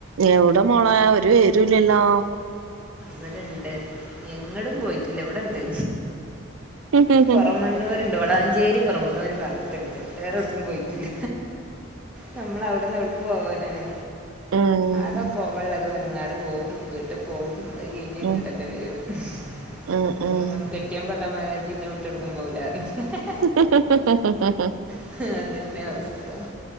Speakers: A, on the right; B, in the centre.
A: യവ്ടെ മോളെ ഒരു വിവരുല്യല്ലോ
B: വട്ണ്ട് എങ്ങടും പോയ്ട്റ്റില്ല ഇവട്ണ്ട്.
A: ഉം ഉം
B: പൊറമണ്ണൂര്ണ്ട് വളാഞ്ചേരി പൊറമണ്ണൂര് ഭാഗത്ത്ണ്ട്. വേറെ എവ്ട്ക്കും പോയ്റ്റില്ല ഞമ്മള് അവ്ട്ന്ന് എവ്ട്ക്കു പോവാനാണ്.
A: ഉം
B: ആകെ പോവാള്ളത് വെങ്ങാട് പോവും വീട്ട്പോവും. പഅഅ് കഴിഞ്ഞേങ്ങട്ടന്നെ
A: ഉം
B: വരും ഹും
A: ഉം
B: ഇപ്ട്ന്ന് കെ അറ്റിയം പറഞ്ഞ് <unintelligible> ഇജജ്ന്നെ വിട്ടെടുക്കും പോവൂലാറ് <unintelligible>
A: ഹ്ഹ്ഹ്ഹ്ഹ
B: ഇക്ക് നല്ലെൽആവസ്ഥ